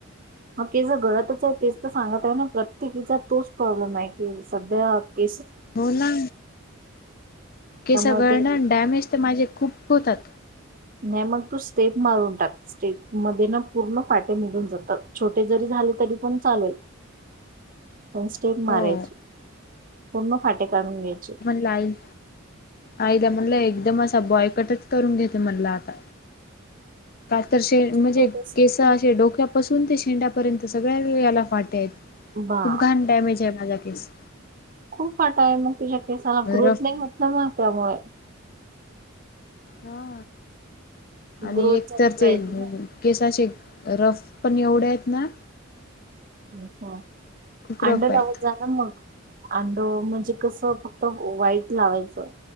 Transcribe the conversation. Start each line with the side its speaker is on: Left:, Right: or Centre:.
Right: ह केस घडतच आहे तेच तर सांगत आहे ना प्रत्येकीचा तोच प्रॉब्लेम आहे की सध्या केस
Left: हो ना केस
Right: त्यामुळे
Left: गळण
Right: ते
Left: अनं डॅमेज तर माझे खूप होतात.
Right: नाय मग तू स्टेप मारून टाक. सेट मध्ये ना पूर्ण फाटे निघून जातात छोटे जरी झाले तरी पण चालेल. पण स्टेप मारायची
Left: हो
Right: पूर्ण फाटे काढून घ्यायचे
Left: आई आईला म्हणलं एकदम असा बॉयकटच करून घेते म्हणल आता कातरशे म्हणजे
Right: छोटेसे.
Left: केस
Right: तर
Left: असे डोक्या पासून ते शेंड्यापर्यंत सगळ्या याला फाट आहेत
Right: बापरे
Left: खूप घाण डॅमेज आहे माझा केस
Right: खूप फाटा आहे मग तुझ्या केसाला ग्रोथ
Left: रफ
Right: नाय होत ना मग त्यामुळे
Left: हा आणि
Right: ग्रोथ
Left: एकतरचे
Right: झाली पाहिजे
Left: एक <unintelligible>
Right: ना
Left: केस असे रफ पण एवढे आहेत ना
Right: अच्छा
Left: खूप रफ
Right: अंड लावय
Left: आहेत.
Right: जा नं मग अंड म्हणजे कसं फक्त वाईट लावायचं.